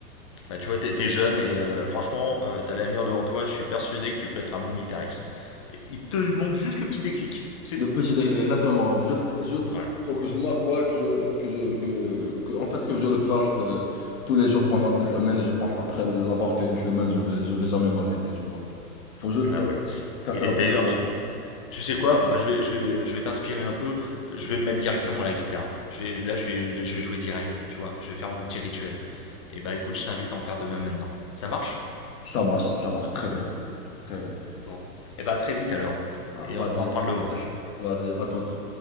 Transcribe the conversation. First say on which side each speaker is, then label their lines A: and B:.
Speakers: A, on the left (about 20°); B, on the left (about 60°).
A: Bah, tu vois, t'es t'es jeune et euh, franchement, euh, t'as l'avenir devant toi. Je suis persuadé que tu peux être un bon guitariste. Et il te manque juste le petit déclic, c'est
B: De
A: tout.
B: petit degré, exactement. Juste, juste,
A: Voilà.
B: faut que je m'assoie, que je, que je, que, que- en fait, que je le fasse euh, tous les jours pendant une semaine et je pense après l'avoir fait une semaine, je vais, je vais jamais m'arrêter, tu vois. Faut juste
A: Bah, voilà.
B: casser
A: Et d'a-
B: la première
A: d'ailleurs,
B: barre.
A: tu, tu sais quoi? Moi, je vais, je vais, je vais t'inspirer un peu. Je vais me mettre directement à la guitare. Je vais, là, je vais, là, je vais jouer direct. Tu vois, je vais faire mon petit rituel. Et bah, écoute, je t'invite à en faire de même maintenant. Ça marche?
B: Ça marche, ça marche très bien. Très bien.
A: Bon. Et bah, à très vite alors.
B: Ah,
A: Et
B: Vas-y,
A: on en reparle
B: je te
A: demain.
B: laisse. Vas-y, à toute.